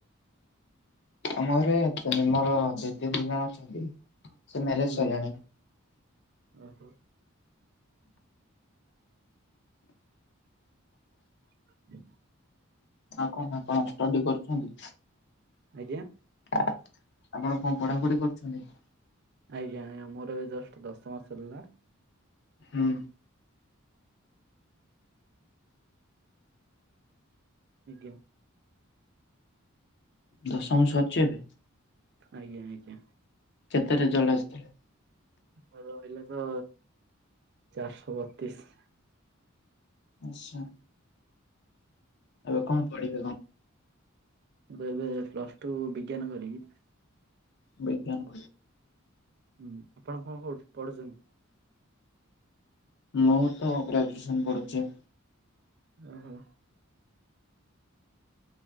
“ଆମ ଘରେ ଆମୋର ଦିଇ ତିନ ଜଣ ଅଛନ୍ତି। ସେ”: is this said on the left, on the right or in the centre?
Left